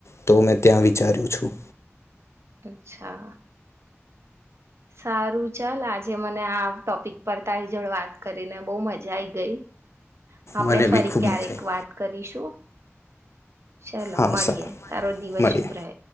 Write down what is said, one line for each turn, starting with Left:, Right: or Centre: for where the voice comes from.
Left: તો મેં ત્યાં વિચાર્યું છું.
Right: અચ્છા. સારું ચાલ આજે મને આ ટોપિક પર તારી જોડ વાત કરી કરીને બહુ મજા આઈ ગઈ. આપણે
Left: મને
Right: ફરી
Left: બી ખૂબ
Right: ક્યારેક
Left: મજા આવી
Right: વાત કરીશું. ચાલો
Left: હા
Right: મળીએે
Left: સારું
Right: તારો દિવસ
Left: મળીએ
Right: શુભ રહે.